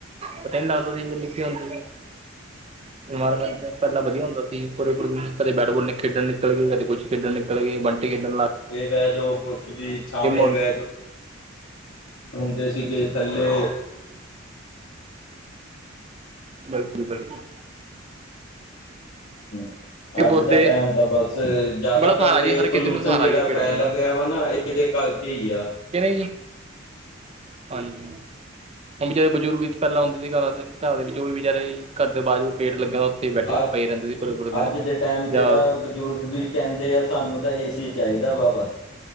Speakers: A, on the right (about 30°); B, on the left (about 80°).
A: ਪਤਾ ਨੀ ਲੱਗਦਾ ਸੀ, ਜਦੋਂ ਨਿੱਕੇ ਹੁੰਦੇ ਸੀ।
B: ਹ <inaudible>
A: ਇਨਵਾਇਰਮੈਂਟ ਮ ਪਹਿਲਾਂ ਵਧੀਆ ਹੁੰਦਾ ਸੀ। ਪੂਰੇ-ਪੂਰੇ ਕਦੇ ਬੈਟ-ਬੋਲ ਖੇਡਣ ਨਿਕਲ ਗੇ ਕਦੇ ਕੁਛ ਖੇਡਣ ਨਿਕਲ ਗੇ ਬੰਟੇ ਖੇਡਣ ਲ
B: ਧੁੱਪੇ ਬਹਿ ਜੋ ਕੁਛ ਵੀ ਛਾਵੇ
A: ਹੁੰਦੀਆਂ
B: ਬਹਿ ਜੋ। ਹੁੰਦੇ ਸੀਗੇ ਥੱਲੇ।
A: ਬਿਲਕੁਲ-ਬਿਲਕੁਲ।
B: ਹਮ।
A: ਇਹ
B: ਅੱਜ
A: ਪੌਦੇ
B: ਦਾ ਟਾਈਮ ਤਾਂ, ਬਸ ਜਿਆਦਾ
A: ਬੜਾ
B: ਕਰਕੇ
A: ਸਹਾਰਾ ਜੀ ਹਰ ਕਿਸੇ
B: ਪੋਲੂਸ਼ਨਣ
A: ਨੂੰ ਸਹਾਰਾ
B: ਜਿਹੜਾ
A: ਜੀ ਪੇੜ
B: ਫੈਲ
A: ਦੇਣਾ
B: ਗਿਆ। ਹਨਾ। ਇਹਦੇ ਕਰਕੇ ਹੀ ਆ।
A: ਕਿ ਨਹੀਂ ਜੀ? ਹਾਂਜੀ, ਹੁਣ ਵਿਚਾਰੇ ਬਜ਼ੁਰਗ ਪਹਿਲਾਂ ਹੁੰਦੇ ਸੀ। ਘਰਾਂ ਤੇ ਘਰਾਂ ਦੇ ਵਿੱਚ ਉਹ ਵੀ ਬਚਾਰੇ ਘਰਦੇ ਬਾਅਦ ਜੋਂ ਪੇਟ ਲੱਗਿਆ। ਉੱਥੇ ਹੀ ਬੈਠੇ
B: ਅੱਜ
A: ਪਏ ਰਹਿੰਦੇ ਸੀ ਪੁਰੇ-ਪੁਰੇ ਦਿਨ
B: ਅੱਜ ਦੇ ਟਾਈਮ ਤੇ
A: ਜਾਂ
B: ਤਾਂ ਬਜ਼ੁਰਗ ਵੀ ਕਹਿੰਦੇ ਆ। ਸਾਨੂੰ ਤਾਂ ਏ ਸੀ ਚਾਹੀਦਾ ਵਾ ਬਸ।